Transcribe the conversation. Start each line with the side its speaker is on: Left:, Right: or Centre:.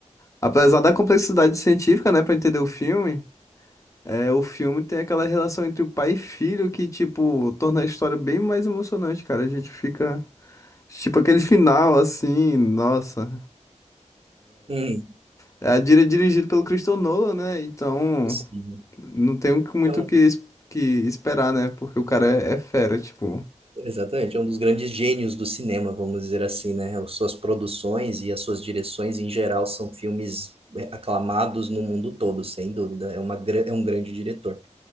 Left: apesar da complexidade científica, né, pra entender o filme, é, o filme tem aquela relação entre o pai e filho que, tipo, torna a história bem mais emocionante, cara. A gente fica, tipo, aquele final assim, nossa.
Right: Hum,
Left: É a dire- dirigido pelo Christopher Nolan, né? Então,
Right: sim.
Left: não tem muito
Right: Então,
Left: o que, es- que esperar, né? Porque o cara é é fera, tipo.
Right: exatamente, é um dos grandes gênios do cinema, vamos dizer assim, né? As suas produções e as suas direções em geral são filmes é, aclamados no mundo todo, sem dúvida. É uma, gra- é um grande diretor.